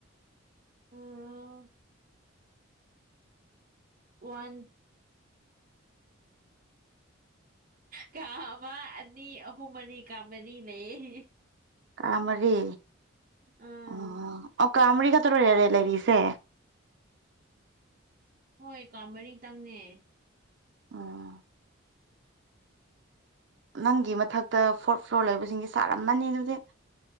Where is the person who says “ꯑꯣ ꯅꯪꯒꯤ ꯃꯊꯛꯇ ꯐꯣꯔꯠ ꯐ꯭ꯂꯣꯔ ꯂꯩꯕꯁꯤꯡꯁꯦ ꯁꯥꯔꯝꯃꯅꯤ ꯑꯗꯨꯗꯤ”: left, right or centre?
Right